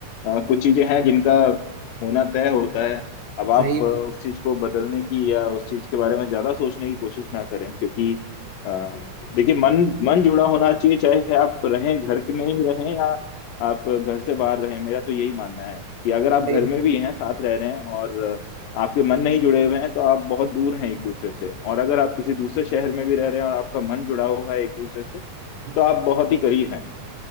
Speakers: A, on the left; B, on the right.
A: अ, कुछ चीजें हैं जिनका होना तय होता है अब आप
B: सही
A: अ, उस
B: बात है
A: चीज को बदलने की या उस चीज के बारे में ज्यादा सोचने की कोशिश ना करें क्योंकि अ, देखिए मन मन जुड़ा होना चाहिए चाहे आप रहें घर के में ही रहें या आप घर से बाहर रहें मेरा तो यही मानना है कि अगर आप
B: सही
A: घर
B: बात
A: में भी हैं साथ रह रहे हैं और अ, आपके मन नहीं जुड़े हुए हैं तो आप बहुत दूर हैं एक दूसरे से और अगर आप किसी दूसरे शहर में भी रह रहे हैं और आपका मन जुड़ा हुआ है एक दूसरे से
B: है
A: तो आप बहुत ही करीब हैं